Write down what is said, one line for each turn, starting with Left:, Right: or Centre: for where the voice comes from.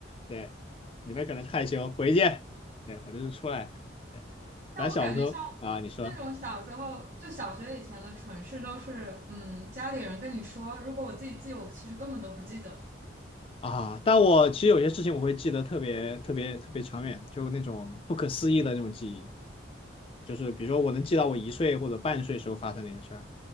Left: 对，你那可能是害羞，回去。对，我就是出来。对，
Right: 但我感觉像那种小时候，
Left: 咱小时候啊，你说。
Right: 就小学以前的蠢事，都是嗯家里人跟你说，如果我自己记，我其实根本都不记得，
Left: 啊，但我其实有些事情我会记得特别特别特别长远，就那种不可思议的那种记忆，就是比如说我能记到我一岁或者半岁时候发生的一些事儿，